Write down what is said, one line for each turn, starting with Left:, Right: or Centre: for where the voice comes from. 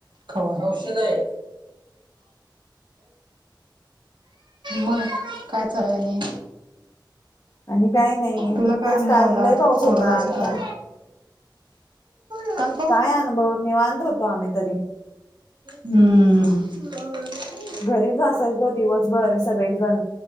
Right: खाऊ औषध आहे. मग काय चालाय नि?
Left: आणि काही नाही
Right: तुला काय
Left: तेच
Right: अनुभव
Left: काल
Right: आला?
Left: लय पाऊस
Right: कोरोनाचा
Left: होता आता
Right: काळ आम
Left: काय अनुभव निवांत होतो आम्ही घरी.
Right: हम्म. <unintelligible>
Left: घरीच असायचो दिवसभर सगळे जण